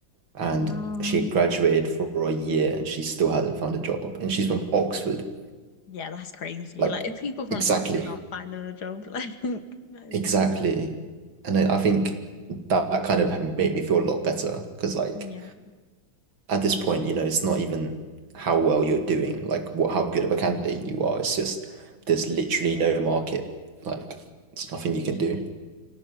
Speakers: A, on the right (about 75°); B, on the left (about 55°).
A: and
B: Wow.
A: she had graduated for a year and she still hasn't found a job. And she's from Oxford.
B: Yeah, that's crazy.
A: Like,
B: Like, if people from
A: exactly,
B: Oxford aren't finding a job, like, <laughs> that is
A: exactly.
B: mad.
A: And I, I think that kind of made me feel a lot better because, like,
B: Yeah,
A: at this point, you know, it's not even how well you're doing, like, what how good of a candidate you are. It's just there's literally no market. Like, there's nothing
B: literally.
A: you can do.